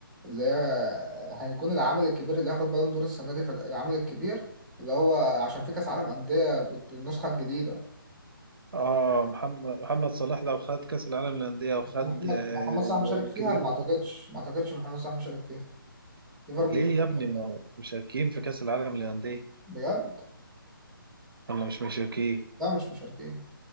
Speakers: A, in the centre; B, on the right.
A: اللي هي هيكون العمل الكبير اللي هياخد بالون دور السنة دي في العمل الكبير اللي هو عشان في كأس عالم أندية بت- بالنسخة الجديدة
B: اه محمد محمد صلاح لو خد كأس العالم للأندية وخد
A: محمد محمد صلاح مشارك
B: آه،
A: فيها
B: كده كده
A: ما أعتقدش
B: خد
A: ما أعتقدش محمد صلاح مشارك فيها ليفربول
B: ليه
A: مشارك.
B: يا ابني ما هو مشاركين في كأس العالم للأندية
A: بجد
B: ولا مش مشاركين
A: لا مش مشاركين